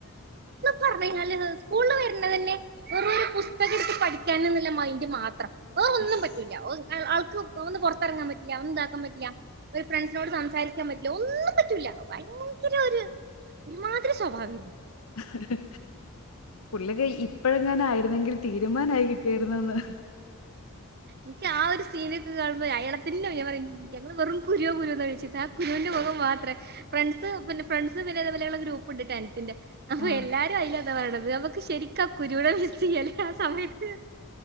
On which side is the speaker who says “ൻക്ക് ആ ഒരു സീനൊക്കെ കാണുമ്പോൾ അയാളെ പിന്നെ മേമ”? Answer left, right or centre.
Right